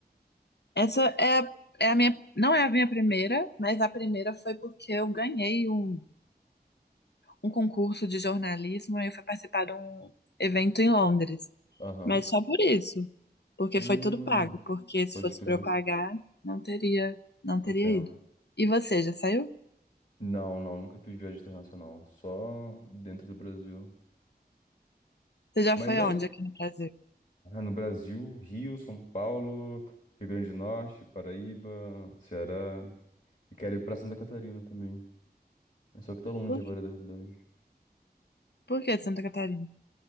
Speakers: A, on the left; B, on the left.
A: Essa é, a- é a minha, não é a minha primeira, mas a primeira foi porque eu ganhei um, um concurso de jornalismo e eu fui participar de um evento em Londres.
B: Aham.
A: Mas só por isso, porque
B: Hum,
A: foi tudo pago, porque se
B: pode
A: fosse
B: crer.
A: para eu pagar, não teria, não
B: Entendo.
A: teria ido. E você, já saiu?
B: Não, não, nunca fiz viagem internacional. Só dentro do Brasil.
A: Você já
B: Mas
A: foi
B: é
A: aonde aqui no Brasil?
B: ah, no Brasil, Rio, São Paulo, Rio Grande do Norte, Paraíba, Ceará. E quero ir pra Santa Catarina também. É só que tá longe
A: Por,
B: agora da realidade.
A: por que Santa Catarina?